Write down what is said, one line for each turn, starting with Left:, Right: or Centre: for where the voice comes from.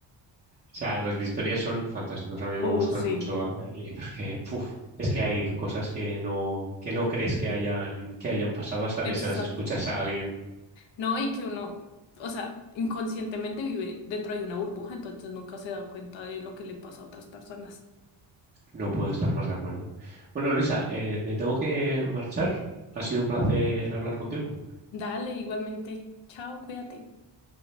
Right: O sea, los de historia son fantásticos, a mí
Left: Oh,
Right: me gustan
Left: sí.
Right: mucho eh, porque puf, es que hay cosas que no, que no crees que hayan, que hayan pasado hasta
Left: Exacto.
Right: que se las escuchas a alguien.
Left: No, y que uno, o sea, inconscientemente vive dentro de una burbuja, entonces nunca se da cuenta de lo que le pasa a otras personas.
Right: No puedo estar más de acuerdo. Bueno, Luisa, eh, me tengo que marchar. Ha sido un placer hablar contigo.
Left: Dale, igualmente. Chao, cuídate.